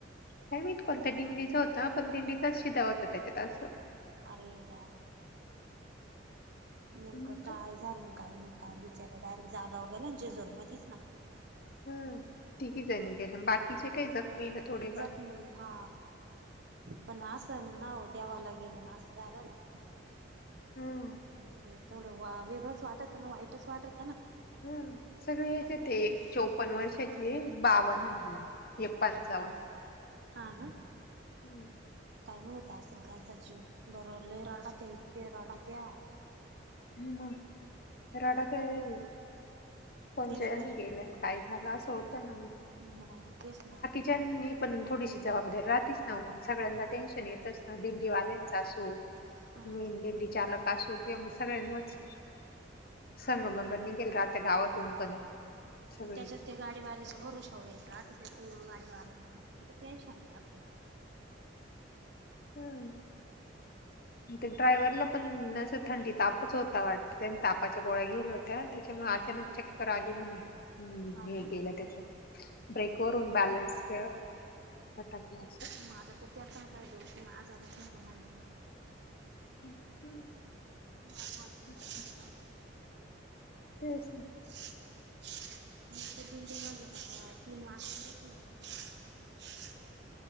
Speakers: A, on the left (about 50°); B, on the right (about 60°).
A: काय माहित कोणता दिंडीचा होता, पण दिंडीचा शिदा होता त्याच्यात अस.
B: अरे! देवा. नेमकं
A: हम्म,
B: काय
A: तर-
B: झालं काही नाही, काय बीचऱ्या डायरेक्ट जागाव गेल्या जेजूर मधीच ना?
A: ह तिघी जणी गेल्या, आण बाकीचे काही जखमी थोडेफार
B: जखमी हा पण असं ना देवाला गेले ना असं झालं ना.
A: हा
B: ते थोडं वा वेगळंच वाटत ना, वाईटच वाटत ना.
A: हम सगळे एक
B: हम्म
A: येत, एक चोपन्न वर्षाची आहे एक बावन. एक पंचावन्न.
B: हा ना.
A: हम.
B: काय म्हणत असलं त्यांचा जीव बर लय रडतं इतके रडात्या.
A: मग रडत्या <unintelligible> कोणच्यानी
B: तेच
A: गेला. काय झालं, असं होतं ना मग?
B: मग तेच ना.
A: त्यांनी पण थोडीशी जबाबदारी राहतीच. ना मग सगळ्यांना टेन्शन येतच ना, दिंडी वाल्यांचा असो
B: ना
A: दिंडी चालक असो किंवा मग सगळ्यांवच सांग मग निघेल, राहत्या गावातून पण सगळी
B: त्याच्यात ते गाडीवाल्याच भरोश्यावर येल राहतं त्या क गाडीवाल्या किती टेन्शन राहतं.
A: हम्म.
B: हो.
A: ते ड्रायव्हरला पणं असं थंडी तापच होता वाटत तापाच्या गोळ्या गेल्या होत्या त्याच्यामुळे अचानक च करे आली म्हणे. हम्म
B: हा
A: हे
B: ना.
A: गेलं त्याच्या ब्रेकवररून बॅलन्स ठ ह ट कलासं.
B: मग आता तर त्याचा काय दोष नाही आजारीच नाही समजले
A: हम्म.
B: वाजव लागका
A: आता काय? तेच ना.
B: <unintelligible> मी ते दोन दिन बनलं कता तीन वा तीन साली